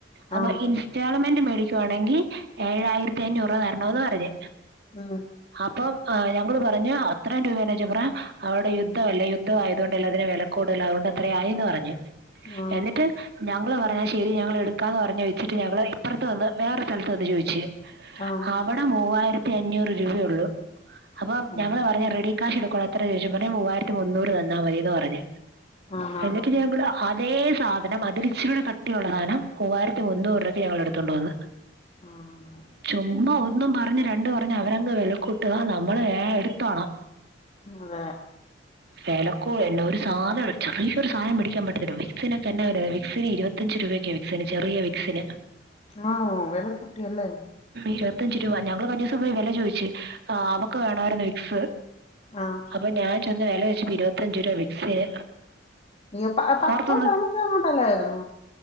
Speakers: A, on the right; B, on the left.
A: അപ്പൊ
B: ആ
A: ഇൻസ്റ്റാൾമെന്റ് മേടിക്കുവാണെങ്കിൽ ഏഴായിരത്തി അഞ്ഞൂറ് രൂപ തരാ- തരാന്ന് പറഞ്ഞ്
B: ഉം
A: അപ്പം ഞങ്ങള് പറഞ് അത്രം രൂപേന്ന് വെച്ച പറ അവരുടെ യുദ്ധമല്ലെ യുദ്ധം ആയത് കൊണ്ട്ല്ലെ അതിനെ വില- കൂടുതൽ അതുകൊണ്ട് അത്ര ആയിന്ന് പറഞ്ഞു
B: ആ
A: എന്നിട്ട് ഞങ്ങള് പറഞ്ഞാ ശരി ഞങ്ങള് എടുക്കാന്ന് പറഞ് വെച്ചിട്ട് ഞങ്ങള് ഇപ്പറത്ത് വന്ന് വേറെരു സ്ഥലത്ത് വന്ന് ചോദിച്ചു.
B: ആഹ്
A: അവിടെ മൂവായിരത്തി അഞ്ഞൂറ് രൂപയുള്ളൂ അപ്പം
B: ആ
A: ഞങ്ങള് പറഞ്ഞു റെഡി ക്കാശ് എടുക്കണം എത്ര ചോദിച്ചു ന്നിട്ട് മൂവായിരത്തി മുന്നൂറ് തന്നാൽ മതിയന്ന് പറഞ്ഞ്
B: ആ ആ
A: എന്നിട്ട് ഞങ്ങൾ- അതേ സാധനം അതിരിച്ചിലൂടെ കട്ടിയുള്ള സധാനം മൂവായിരത്തി മുന്നൂറ് രൂപ ക്ക്‌ ഞങ്ങള് എടുത്തൊണ്ട് വന്ന്.
B: ആഹ്
A: ചുമ്മ ഒന്നും പറഞ്ഞ് രണ്ട് പറഞ്ഞ് അവരങ്ങ്- വിലക്കൂട്ട് ക നമ്മള് വേഗം എടുത്തോണം
B: അതെ
A: വെലക്കോ എന്ന ഒരു സാധന ചെറിയ ഒരു സാധനം മേടിക്കാൻ പറ്റത്തില്ല വിക്സിനൊക്കെ എന്താ വിക്സിന് ഇരുപത്തി ഇരുപത്തഞ്ച് രൂപയ്ക്ക് വിക്സിന് ചെറിയ വിക്സിന്.
B: ആഹ് വില കൂട്ടിയ അല്ലേ?
A: ഇരുപത്തഞ്ച് രൂപ ഞങ്ങള് കഴിഞ്ഞ ദിവസം പോയി വില ചോദച്ച് അവക്ക് വേണമായിരുന്നു വിക്സ്.
B: ആഹ്
A: അപ്പൊ ഞാൻ ചെന്ന് വില ചോദിച്ചപ്പ ഇരുപത്തഞ്ചു രൂപ വിക്സിന്.
B: ഇ പ പത്തോ
A: ഓർത്തു
B: പതിനഞ്ചു എങ്ങാണ്ട്ല്ലായിരുന്നു